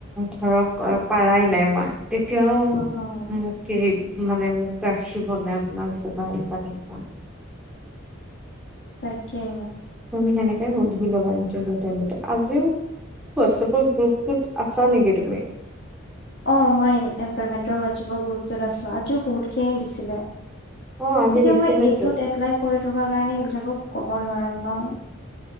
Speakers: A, in the centre; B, on the left.
A: ধৰক পাৰাই নাই মই, তে তিয়াও
B: অ'
A: মোক কেৰি মানে মোক ৰাখিবনে আপোনালোকে বা এনেকুৱা তেনেকুৱা।
B: তাকেহে।
A: তুমি তেনেকে সুধি ল'বা ইটাৰভিউ টাইমতে, আজিও হোৱাটছআপৰ গ্ৰুপত আছা নেকি তুমি?
B: অঁ, মই এমপ্লয়মেণ্টৰ হোৱাটছএপৰ গুৰুত্বত আছো আজিও বহুতখিনি দিছিলে।
A: অ আজি
B: এতিয়া
A: দিছিলেতো
B: মই এইটোত এপ্লাই কৰি থকা কাৰণে এইবিলাকক কব নোৱাৰো ন।